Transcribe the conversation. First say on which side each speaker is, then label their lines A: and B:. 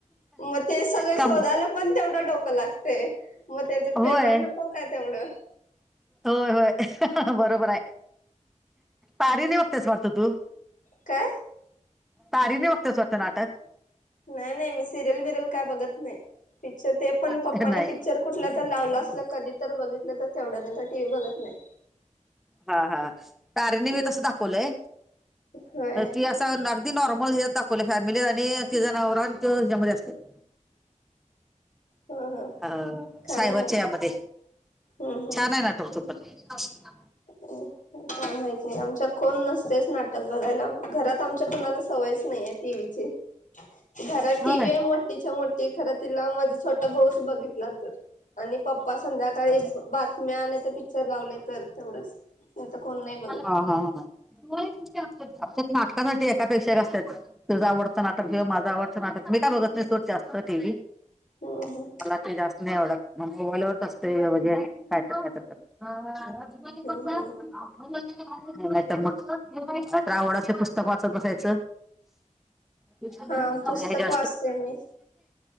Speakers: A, on the left; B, in the centre.
A: मग ते सगळे
B: का
A: शोधायला पण तेवढं डोकं लागते मग त्याचं
B: होय
A: पेमेंट नको का तेवढं
B: होय होय बरोबर आहे पारीने बघतेच मरतो तू
A: काय
B: तारीने बघतचवटतं नाटक
A: नाही नाही मी सिरियल विरल काय बघत नाही पिक्चर ते
B: नाटक
A: पण पप्पाने
B: नाही
A: पिक्चर कुठ तर लावलं असल कधी तर बघितलं तर तेवढ्या नंतर टीव्ही बघत नाही
B: हा हा पारीनी
A: हम्म
B: मी तसं दाखवलंय
A: होय
B: ह त अस लागते अदी <unintelligible> नॉर्मल हच्यात <unintelligible> दाखवले फॅमिली आणि ति जनावर आणि त हच्यामध्ये असते <inaudible>
A: ह ह
B: अ
A: काय
B: सायबरच्या
A: माहिती
B: यामध्ये
A: हम् हम
B: छान आहे नाटक तो पण
A: काय माहित नाही आमच्या कोण नस च नाटक बघायला घरात आमच्या कुणाला सवयच नाहीये टीव्हीची घरात
B: होय
A: टीवी आहे मोठीच्या मोठी खर तिला मधे बच <unintelligible> बघितला तर आणि पप्पा संध्याकाळी बातम्याने ते पिक्चर लावले तर तेवढंच नाही तर कोण नाही बघत
B: हा हा हा आमच्यात नाटकासाठी नाटपेक्षा जास्त असतात <unintelligible> तुझं आवडचं नाटक घेऊ माझं आवडचं नाटक मी काय बघत नाही सोड जास्त टीव्ही
A: हम्म हम्म
B: मलाते जास्त नाही आवडत मोबाइलवरच असतोय काय तर काय करत जीन कस
A: हम्म
B: <unintelligible>
A: हम्म
B: नाही तर मग आवडाचे पुस्तक वाचत बसायचं <inaudible> श्या
A: हा पुस्तक वाचते मी